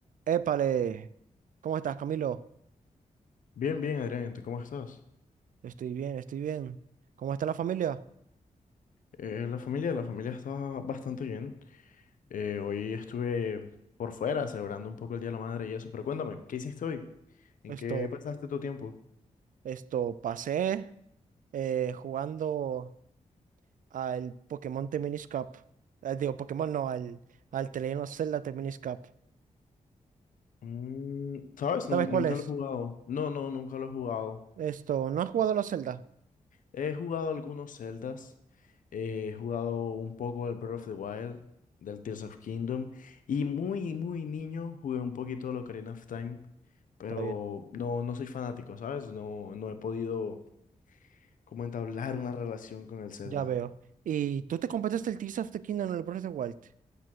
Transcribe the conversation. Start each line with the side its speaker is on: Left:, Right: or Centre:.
Right: Épale, ¿cómo estás, Camilo?
Left: Bien, bien, Adrián, ¿tú cómo estás?
Right: Estoy bien, estoy bien. ¿Cómo está la familia?
Left: Eh, la familia, la familia está bastante bien. Eh, hoy estuve por fuera celebrando un poco el Día de la Madre y eso, pero cuéntame, ¿qué hiciste hoy? ¿En
Right: Esto,
Left: qué pasaste tu tiempo?
Right: esto, pasé eh, jugando al Pokémon Teminis Cup. Eh, digo, Pokémon no, al, al The Legend of Zelda Teminis Cup.
Left: Mm, ¿sabes?
Right: ¿Sabes
Left: Nun-
Right: cuál
Left: nunca
Right: es?
Left: lo he jugado. No, no, nunca lo he jugado.
Right: Esto, ¿no has jugado a la Zelda?
Left: He jugado algunos Zeldas, eh, he jugado un poco del Breath of the Wild, del Tears of Kingdom, y muy, muy niño jugué un poquito de Ocarina of Time, pero
Right: Está bien,
Left: no, no soy fanático, ¿sabes? No, no he podido cómo entablar una relación con el Zelda.
Right: ya veo. ¿Y tú te completaste el Tears of the Kingdom en el Breath of the Wild?